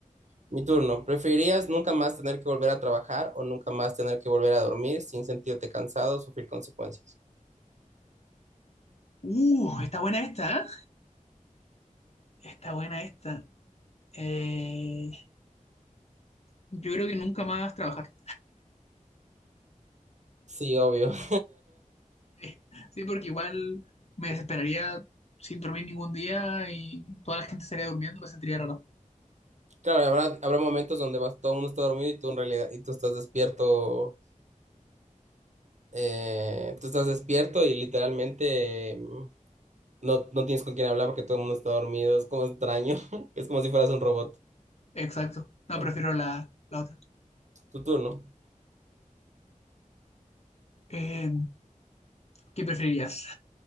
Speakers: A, on the right; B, on the left.
A: Mi turno. ¿Preferirías nunca más tener que volver a trabajar o nunca más tener que volver a dormir sin sentirte cansado o sufrir consecuencias?
B: Uh, está buena esta, ¿eh? Está buena esta. Eh, yo creo que nunca más trabajar.
A: Sí, obvio. <laughs>
B: <laughs> Sí, porque igual me desesperaría sin dormir ningún día y toda la gente estaría durmiendo, me sentiría raro.
A: Claro, habrá, habrá momentos donde vas, todo el mundo está dormido y tú en realidad, y tú estás despierto, eh, tú estás despierto y literalmente eh, no, no tienes con quién hablar porque todo el mundo está dormido. Es como extraño. <laughs> Es como si fueras un robot.
B: Exacto. No,
A: Ajá.
B: prefiero la, la otra.
A: Tu turno.
B: Eh, ¿Qué preferirías?